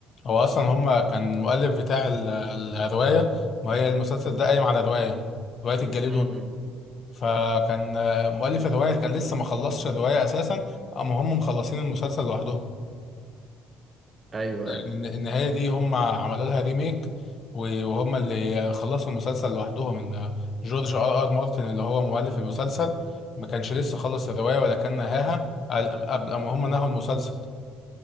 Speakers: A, on the left; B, on the right.
A: هو أصلا هما كان المؤلف بتاع ال- الرواية ما هي المسلسل ده قايم على رواية رواية الجليد
B: امم
A: والنار. فكان مؤلف الرواية كان لسه ما خلصش الرواية أساسا أما هم مخلصين المسلسل لوحدهم
B: ايوه ايوه
A: يعني الن- النهاية دي هم عملوا لها ريميك و- وهم اللي خلصوا المسلسل لوحدهم ان جورج ار ار مارتن اللي هو مؤلف المسلسل ما كانش لسه خلص الرواية ولا كان نهاها قال- قبل ما هم نهوا المسلسل